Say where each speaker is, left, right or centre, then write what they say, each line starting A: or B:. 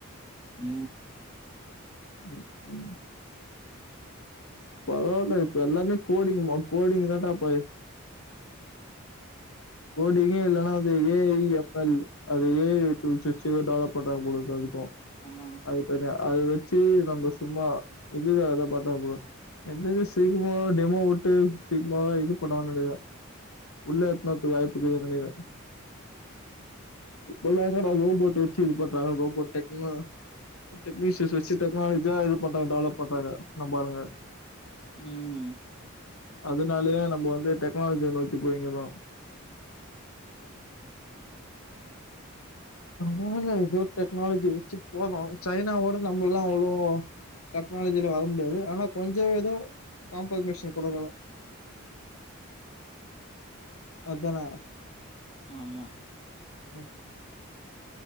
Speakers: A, on the left; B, on the left.
A: உ
B: உ உ பரவளா இப்ப எல்லாமே கோடிங்குமா கோடிங் தானடா போ் கோடிங்கே இல்லனா அந்து ஏ ஐ எஃப் எல் அதுல ஏ ஐ டூல்ஸ் வச்சு டெவலப் போட்டாங்க போலருக்கு அதுக்கு
A: ஆமா
B: அதுக்குதனியா அத வச்சு நம்ம சும்மா இதுக்காக தா பாத்தாங்க போல எந்த இத சீக்ரமா டெமோ விட்டு சீக்ரமாவே இது பண்ணாதுனு நெனக்கிறே உள்ள <unintelligible> வாய்ப்புக்குனு நெனைக்கிறே இப்பல்லா என்னடா ரோபோட் வச்சு இது பண்றாங்க ரோபோட் டெக்னா டெக்னீசியஸ் வச்சு டெக்னாலஜியா இது பண்றாங்க டெவலப் பண்றாங்க நம்மாளுங்க
A: ம்
B: அதனாலயே நம்ம வந்து டெக்னாலஜிய நோக்கி போயீங்கிறோ அதனால ஏதோ டெக்னாலஜி வச்சு போதோ சைனாவோட நம்மலலா அவ்ளோ டெக்னாலஜில வர முடியாது ஆனா கொஞ்ச ஏதோ காம்பென்சேஷன் கொடுக்கணு அதான
A: ஆமா
B: உ